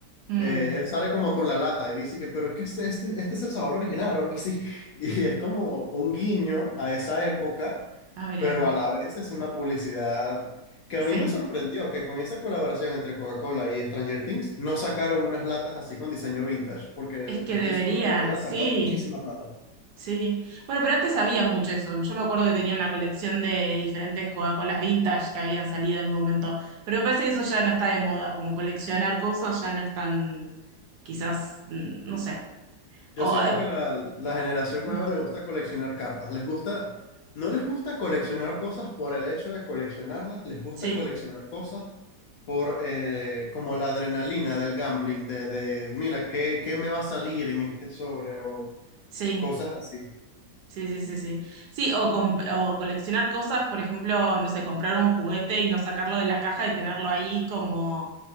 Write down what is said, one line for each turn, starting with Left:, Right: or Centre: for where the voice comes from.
Right: Mm.
Left: eh, él sale como con la lata y dice que, pero es que este, este, este es el sabor original o algo así. <laughs> Y es como un guiño a esa época,
Right: Ah, mirá.
Left: pero a la vez es una publicidad que
Right: Sí.
Left: a mí me sorprendió que con esa colaboración entre Coca-Cola y Stranger Things no sacaron unas latas así con diseño vintage, porque
Right: Es que
Left: estoy
Right: deberían,
Left: seguro que les hubieran
Right: sí,
Left: sacado muchísima plata.
Right: sí. Bueno, pero antes había mucho eso. Yo me acuerdo que tenía una colección de diferentes Coca-Colas vintage que habían salido en un momento. Pero me parece que eso ya no está de moda, como coleccionar cosas ya no es tan, quizás, mm, no sé.
Left: Yo
Right: O,
Left: siento
Right: ah,
Left: que la, la generación
Right: mm,
Left: nueva le gusta coleccionar cartas. Les gusta, no les gusta coleccionar cosas por el hecho de coleccionarlas, les gusta
Right: sí,
Left: coleccionar cosas por eh, como la adrenalina del gambling, de, de mira, ¿qué, qué me va a salir en este sobre? O
Right: sí.
Left: cosas así.
Right: Sí, sí, sí, sí. Sí, o, com- o coleccionar cosas, por ejemplo, no sé, comprar un juguete y no sacarlo de la caja y tenerlo ahí como